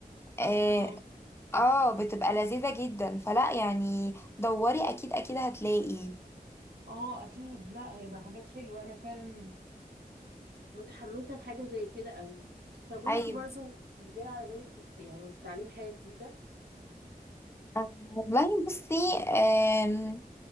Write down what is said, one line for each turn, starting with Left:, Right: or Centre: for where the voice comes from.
Right: بالظبط
Left: اه
Right: اه
Left: آه، بتبقى لذيذه جدا فلا يعني دوري اكيد اكيد هتلاقي
Right: اه اكيد لا هيبقى حاجات حلوه انا فعلا متحمسه لحاجه زي كده قوي طب وانتي
Left: ايوه
Right: برضو مش جاي على بالك تت... يعني تتعلمي حاجه جديده
Left: آه، والله بصي آم،